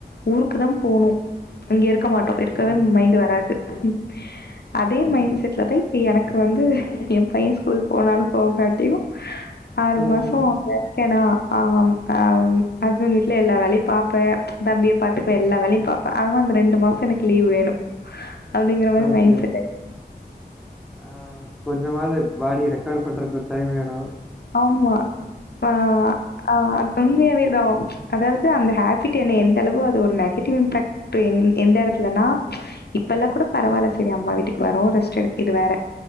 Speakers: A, on the left; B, in the centre.
A: ஊருக்கு தா போனு இங்க இருக் இருக்க மாட்டோ இருக்கவே
B: ம் ம்
A: மைண்ட் வராது. அது. அதே
B: ம்
A: மைண்ட் செட்ல
B: ஓகே
A: தா இப்ப எனக்கு வந்து. எ பைய ஸ்கூல் போனாலு போகாட்டியும் ஆறு
B: ம்
A: மாசோ அங்க இருக்கேனா ஆம். ஆஹ் அதுன் வீட்டுல எல்லா வேலையு பாப்பே தம்பி பாத்துப்ப எல்லா வேலையு
B: ம்
A: பாப்பே அவான் அந்த ரெண்டு மாசோ எனக்கு லீவ் வேணு அப்டிங்கிற மாரி
B: ஓகே
A: மைண்ட் செட்டு
B: ஆ கொஞ்சமாவது பாடிய ரெக்கவர் பண்றக்கு ஒரு டைம் வேணு
A: ஆமா ஆஹ்ஆஹ். உண்மையாவேதா அதாவது அந்த ஹேபிட் என்ன எந்த அளவு அது ஒரு நெகட்டிவ் இம்பாக்ட் எ எந்த இடத்துலன்னா இப்பெல்லா கூட
B: ம்
A: பரவால்ல செரி அம்மா வீட்டுக்கு வரு ரெஸ்ட் எடு இது வேற